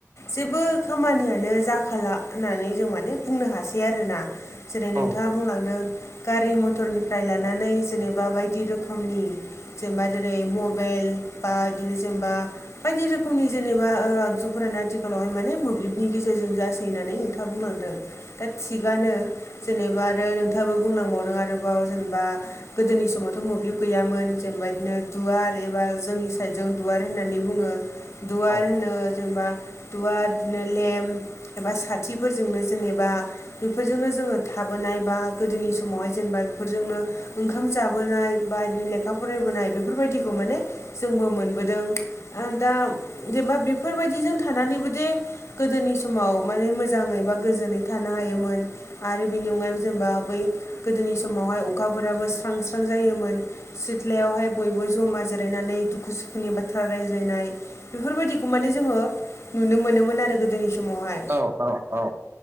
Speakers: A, on the left; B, on the right.
A: जेबो खामानियानो जाखाला होननानै जों माने बुंनो हासै आरोना। जेरै
B: औ
A: नोंथाङा बुंलांदों गारि मथरनिफ्राय लानानै जेनेबा बायदि रोखोमनि। जेनेबा जेरै मबाइल बा बिदिनो जेनेबा। बायदि रोखोमनि जेनेबा ओ आगजुफोरानो आथिखालावहाय माने मोब्लिबनि गेजेरजों जासै होननानै नोंथाङा बुंलांदों। दा थिगानो जेनेबा आरो नोंथाङाबो बुंलांबावदों आरोबाव जेनेबा। गोदोनि समावथ' मोब्लिब गैयामोन जेनेबा बिदिनो दुवार एबा जोंनि साइद ज दुवार होननानै। बुङो दुवार
B: औ
A: होनो जेनेबा। दुवार बिदिनो लेम्प एबा साथिफोरजोंनो जेनेबा। बेफोरजोंनो जोङो थाबोनाय बा गोदोनि समावहाय जेनेबा बेफोरजोंनो। ओंखाम जाबोनाय बा बिदिनो लेखा फरायबोनाय बेफोरबायदिखौ माने जोंबो मोनबोदों। दा जेनेबा बेफोरबायदिजों थानानैबो दे। गोदोनि समाव माने मोजाङै बा गोजोनै थानो हायोमोन। आरो बिनि अनगायैबो जेनेबा बै गोदोनि समावहाय अखाफोराबो स्रां स्रां जायोमोन। सिथ्लायावहाय बयबो ज'मा जिरायनानै दुखु सुखुनि बाथ्रा रा बेलायनाय बेफोरबायदिखौ माने जोङो नुनो मोनोमोन आरो गोदोनि समावहाय।
B: औ औ औ।